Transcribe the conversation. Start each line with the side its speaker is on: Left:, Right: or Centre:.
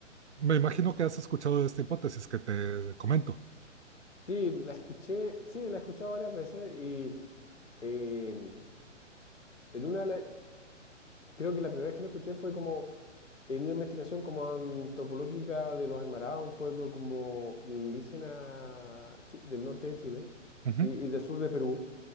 Right: me imagino que has escuchado de esta hipótesis que te comento.
Left: Sí, la escuché, sí, la he escuchado varias veces y eh, en una, le- creo que la primera vez que la escuché fue como en una investigación como antropológica de los Aymara, un pueblo como indígena chi- del norte de Chile
Right: Uh -huh.
Left: y, y del sur de Perú,